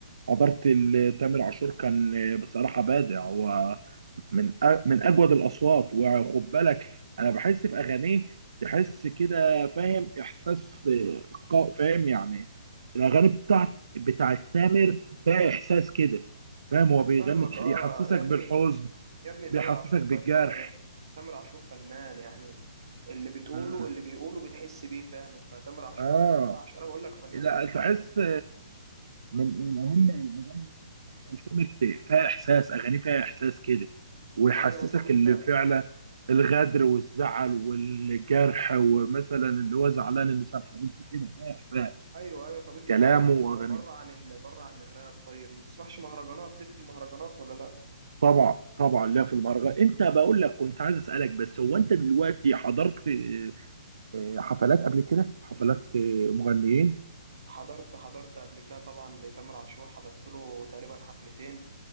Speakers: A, on the right (about 60°); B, on the right (about 45°).
A: حضرت ال- تامر عاشور كان بصراحه بادع ومن أ- من اجود الاصوات وخد بالك انا بحس في اغانيه تحس كده فاهم احساس قا- فاهم يعني الاغاني بتاعت بتاعت تامر فيها احساس كده فاهم هو بيغني
B: فاهمك
A: تح-
B: اه
A: يحسسك
B: يا ابني
A: بالحزن
B: يا ابني تامر
A: بيحسسك
B: عاشور
A: بالجرح
B: فنان تامر عاشور فنان يعني اللي بتقوله
A: مم.
B: اللي بيقوله بتحس بيه فعلا فتامر عاشور
A: اه
B: لا تامر عاشور انا بقول لك فنان
A: لا
B: المفضل
A: تحس من من اهم الاغاني اللي انت بتسمعها لتامر ت- فيها احساس اغاني فيها احساس كده ويحسسك
B: ايوه طب انت
A: اللي فعلا الغدر والزعل والجرح ومثلا اللي هو زعلان ان ساب حبيبته كده فيها احساس
B: ايوه ايوه طب انت
A: كلامه
B: بره عن
A: واغانيه
B: بره عن ال... بره عن الراب طيب ما بتسمعش مهرجانات ليك في المهرجانات ولا لا
A: طبعا طبعا لا في المهرجان انت بقول لك كنت عايز اسالك بس هو انت دلوقتي حضرت آه، آه، حفلات قبل كده حفلات آه، مغنيين
B: حضرت حضرت قبل كده طبعا لتامر عاشور حضرت له تقريبا حفلتين